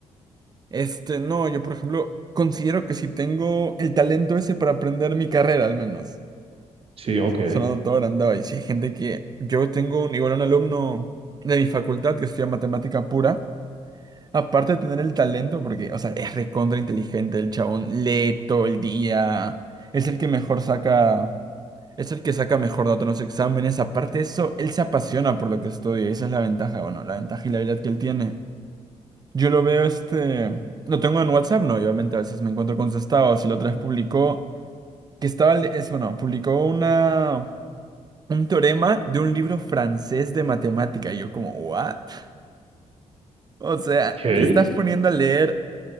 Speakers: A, on the right; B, on the right.
A: este, no, yo por ejemplo considero que si tengo el talento ese para aprender mi carrera al menos,
B: Sí, ok.
A: sonando todo agrandado, y si hay gente que, yo tengo un, igual un alumno de mi facultad que estudia matemática pura, aparte de tener el talento, porque, o sea, es recontra inteligente, el chabón lee todo el día, es el que mejor saca... Es el que saca mejor nota en los exámenes. Aparte de eso, él se apasiona por lo que estudia. Y Esa es la ventaja, bueno, la ventaja y la habilidad que él tiene. Yo lo veo, este... Lo tengo en WhatsApp, no, y obviamente a veces me encuentro con sus estados. Y la otra vez publicó... Que estaba... le- Es, bueno, publicó una... Un teorema de un libro francés de matemática. Y yo como, ¿what? <laughs> O sea,
B: Ok.
A: te estás poniendo a leer